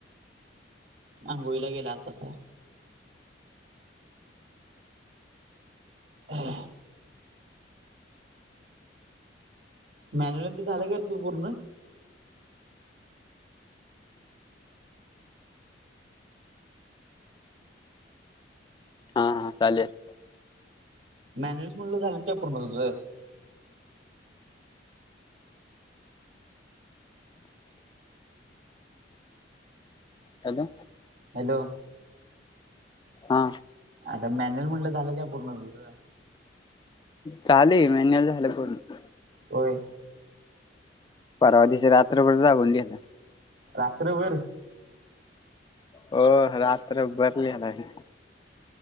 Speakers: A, on the right; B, on the left.
A: आंघोळीला गेला आत सार हम्म मॅनुल तर झाल की तो पूर्ण
B: हा हा चालेल
A: मॅन्युल म्हणल झाल काय पूर्ण तुझ
B: हाका
A: हॅलो
B: हा
A: आता मॅन्युअल म्हटल झाल काय पूर्ण तुझ
B: चालू ये मॅन्युअल झाल पूर्ण
A: होय
B: परवा दिस रात्रभर जागवली ये
A: रात्रभर
B: हो रात्र भर लीहालाय